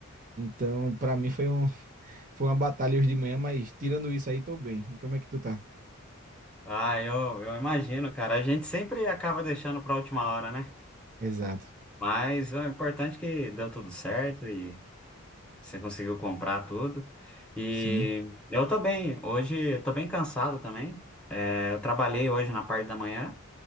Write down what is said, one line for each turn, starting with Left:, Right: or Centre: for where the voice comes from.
Right: Então, pra mim foi um, foi uma batalha hoje de manhã, mas tirando isso aí, tô bem. E como é que tu tá?
Centre: Ah, eu, eu imagino, cara. A gente sempre acaba deixando pra última hora, né?
Right: Exato.
Centre: Mas o importante é que deu tudo certo e você conseguiu comprar tudo. E
Right: Sim.
Centre: eu tô bem. Hoje eu tô bem cansado também. É, Eu trabalhei hoje na parte da manhã